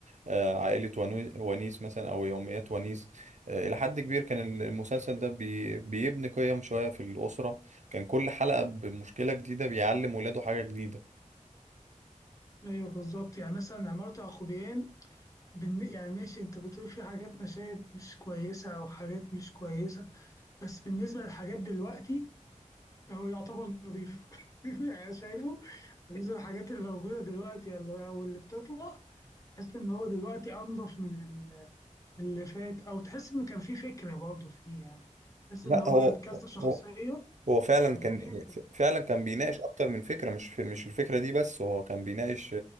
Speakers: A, on the right; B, on the left.
A: آه، عائلة ونو- ونيس مثلا او يوميات ونيس آه، الى حد كبير كان ال- المسلسل ده بي- بيبني قيم شوية في الأسرة كان كل حلقة بمشكلة جديدة بيعلم ولاده حاجة جديدة
B: أيوه بالظبط يعني مثلا عمارة يعقوبيان بالن- يعني ماشي انت بتقول في حاجات مشاهد مش كويسة او حاجات مش كويسة بس بالنسبة للحاجات دلوقتي هو يعتبر نظيف <laughs> يعني أنا شايفه بالنسبة للحاجات اللي موجودة دلوقتي يعني او اللي بتطلع تحس ان هو دلوقتي انضف من ال- من اللي فات او تحس ان كان في فكرة برضه فيه يعني تحس
A: لا
B: ان هو
A: هو
B: كذا شخصية
A: هو هو فعلا
B: كان
A: كان
B: في فكرة
A: فعلا كان بيناقش اكتر من فكره مش في مش الفكره دي بس هو كان بيناقش